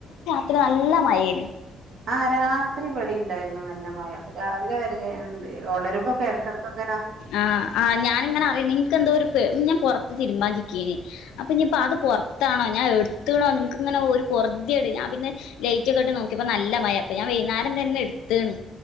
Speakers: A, on the left (about 85°); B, on the right (about 65°).
A: ഇത്ര നല്ല മയെന്
B: ആ രാത്രി ഇവടെയിണ്ടായിരുന്നു നല്ല മഴ രാവിലെ വരേണ്ട് ഉണരുമ്പൊക്കെ ഇടക്കടുക്ക്
A: ആ ആ ഞാനിങ്ങനെ അറ നിങ്ങൾക്കെന്തൊരു പെ ഞാൻ പുറത്ത് തിരുബാൻ ച്ചി അപ്പൊ ഇ അത് പുറത്താണോ ഞാൻ എടുത്തണോ നിക്ക്ങ്ങനെ ഒരുറട് ഞാ പിന്നെ ലയറ്റ് ഒക്കെട്ട് നോക്കിയപ്പോ നല്ല മഴ അപ്പ ഞാൻ വൈകുന്നേരം തന്നെ എടുത്താണ്